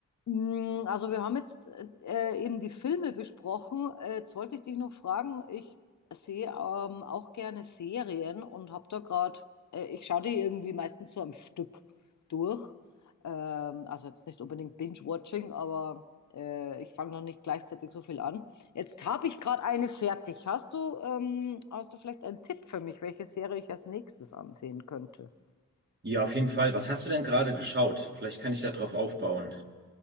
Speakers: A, on the left; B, on the right.
A: Mm, Also wir haben jetzt äh, eben die Filme besprochen. Äh, Jetzt wollte ich dich noch fragen, ich sehe ähm, auch gerne Serien und habe da gerade, äh, ich schaue die irgendwie meistens so am Stück durch. Ähm, also jetzt nicht unbedingt Binge-Watching, aber äh, ich fange noch nicht gleichzeitig so viel an. Jetzt habe ich gerade eine fertig. Hast du, ähm, hast du vielleicht einen Tipp für mich, welche Serie ich als nächstes ansehen könnte?
B: Ja, auf jeden Fall. Was hast du denn gerade geschaut? Vielleicht kann ich da drauf aufbauen.